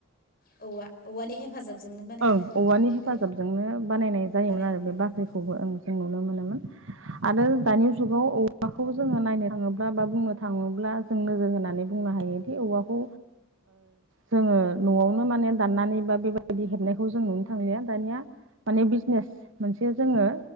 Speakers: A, on the left; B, on the right.
A: औवा औवानि हेफाजाबजोंनो बानायनाय
B: ओं औवानि हेफाजाबजोंनो
A: औ
B: बानायनाय जायोमोन
A: बानायनायखौ
B: आरो बे
A: नुनो
B: बाख्रिखौबो
A: मोनो औ
B: ओ जों नुनो मोनोमोन। आरो
A: औ
B: दानि जुगाव औवाखौबो जोङो नायनो थाङोब्ला बा बा बुंनो थाङोब्ला जों नोजोर होनानै बुंनो हायोदि औवाखौ जोङो न'आवनो माने दाननानै बा बेबायदि बायदि हेबनायखौ जों नुनो थांलिया दानिया माने बिजनेस मोनसे जोङो